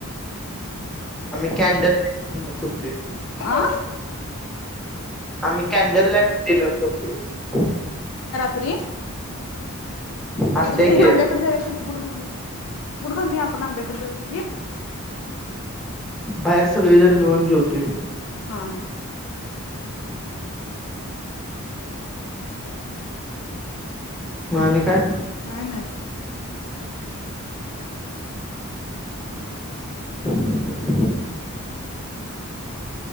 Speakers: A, in the centre; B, on the left.
A: आम्ही कॅण्डल लाईट डिनर करतो ये
B: आ
A: आम्ही कॅण्डल लाईट डिनर करतो ये.
B: त्री
A: हसताय
B: ही
A: की
B: आंब्याकडे जाऊया चल बूट घालून या. बूट घालून या आपण आंब्याकडे जाऊया ये.
A: बाहेर सगळे जण मिळून जेवतोय.
B: हा हा. काय <unintelligible>
A: मग आणि काय
B: काय नाही.
A: <unintelligible>